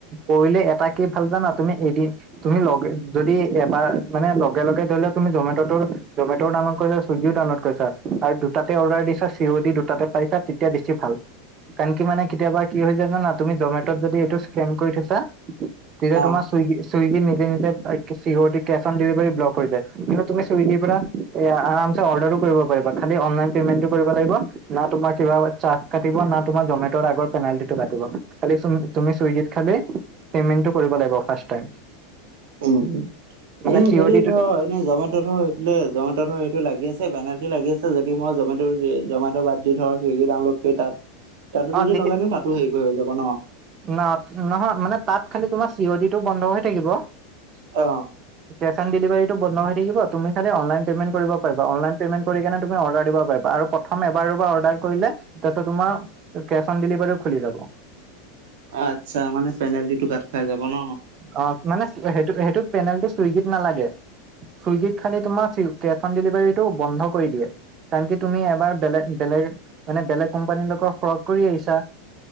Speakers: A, on the right; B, on the right.
A: কৰিলে এটাকি ভাল জানা তুমি এদিন, তুমি লগে যদি এবাৰ মানে লগে লগে ধৰি লও তুমি জমেটৰ জমেটৰটো ডানলড কৰি লোৱা চোন। চুইগিও ডাউনলোড কৰি চোৱা আৰু দুটাতে অৰ্ডাৰ দিছা চি অ দি দুটাতে পাইছা তেতিয়া বেছি ভাল। কাৰন কি মানে কেতিয়াবা কি হৈ যায় জানা তুমি জমেটত যদি এইটো স্কেম কৰি থৈছা তেতিয়া
B: অ
A: তোমাৰ। চুইগি চুইগি নিজে নিজে C O D cash on delivery block হৈ যায় কিন্তু তুমি চুইগিৰ পৰা। এ আ আৰামচে অৰ্ডাৰ কৰিব পাৰিবা খালি অনলাইন পেমেন্টতো কৰিব লাগিব না তোমাৰ কিবা চা কাতিব না তোমাৰ জমেটৰ আগৰ ফেনাইলিতি কাতিব খালি তুমি চুইগিত খালি। পেমেণ্টটো কৰিব লাগিব ফাৰ্চ টাইম।
B: উম
A: মানে
B: এই
A: চি
B: কৰিত
A: অ' ডিটো
B: <unintelligible> এ জমেটৰতো এইফালে জমেটৰ এইটো লাগি আছে বেনালটি লাগি আছে যদি মই জমে জমেটৰ বাদ, যদি ধৰ চুইগি ডাউনলোড কৰি তাত তাতো
A: অ'
B: যদি
A: তেতিয়া
B: লগাই ন তাতো হেৰি হৈ যাব ন।
A: ন নহয় মানে তাত খালি তোমাৰ চি অ ডি টো বন্ধ হৈ থাকিব।
B: অ,
A: কেচঅন ডেলিভাৰীটো বন্ধ হৈ থাকিব তুমি খালি অনলাইন পেমেন্ট কৰিব পাৰিবা অনলাইন পেমেণ্ট, কৰি কেনে তুমি অৰ্ডাৰ দিব পাৰিবা আৰু প্ৰথম এবাৰ দুবাৰ অৰ্ডাৰ কৰিলে তাৰ পিছত তোমাৰ। কেচ অন ডেলিভাৰীও খুলি যাব।
B: আচ্ছা মানে পেনাল্টি টো কাট খাই যাব ন।
A: অ মানে সেইটো সেইটো পেনাল্টি চুইগিত নালাগে। চুইগিত খালি তোমাৰ কেছ অন ডেলিভাৰীটো বন্ধ কৰি দিয়ে। কাৰন কি তুমি এবাৰ বেলেগ বেলেগ মানে বেলেগ কোম্পানীৰ লগত ফ্ৰ কৰি আহিছা।